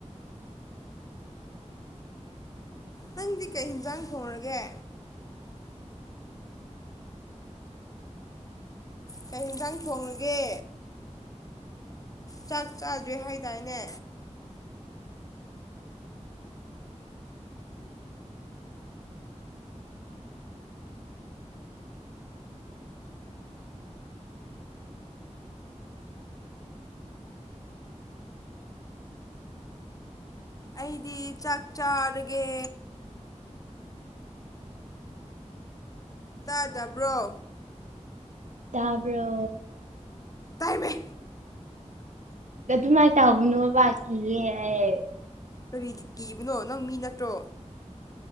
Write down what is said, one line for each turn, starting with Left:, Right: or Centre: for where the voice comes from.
Left: ꯅꯪꯗꯤ ꯀꯩ ꯌꯦꯟꯁꯥꯡ ꯊꯣꯡꯔꯒꯦ ꯀꯩ ꯌꯦꯟꯁꯥꯡ ꯊꯣꯡꯉꯒꯦ ꯆꯥꯛ ꯆꯥꯗ꯭ꯔꯦ ꯍꯥꯏꯗꯥꯏꯅꯦ ꯑꯩꯗꯤ ꯆꯥꯛ ꯆꯥꯔꯒꯦ ꯇꯥꯗꯕ꯭ꯔꯣ
Right: ꯇꯄꯔ
Left: ꯇꯥꯏꯃꯦ
Right: ꯑꯗꯨꯃꯥꯏꯅ ꯇꯥꯧꯕꯅꯣ ꯕꯕꯥ ꯀꯤꯌꯦꯦ ꯍꯥꯏ
Left: ꯀꯔꯤꯗꯤ ꯀꯤꯕꯅꯣ ꯅꯪ ꯃꯤ ꯅꯠꯇ꯭ꯔꯣ